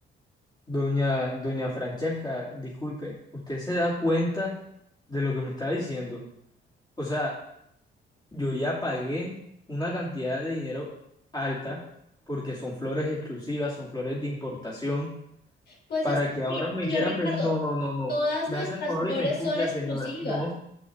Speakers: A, on the left; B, on the left.
A: Doña, doña Francesca, disculpe, ¿usted se da cuenta de lo que me está diciendo? O sea, yo ya pagué una cantidad de dinero alta porque son flores exclusivas, son flores de importación,
B: Pues
A: para
B: es
A: que ahora
B: que,
A: me
B: señor
A: quieran
B: Ricardo,
A: vender. No, no, no, no.
B: todas
A: Me
B: nuestras
A: hace el favor
B: flores
A: y me escucha,
B: son exclusivas.
A: señora. No,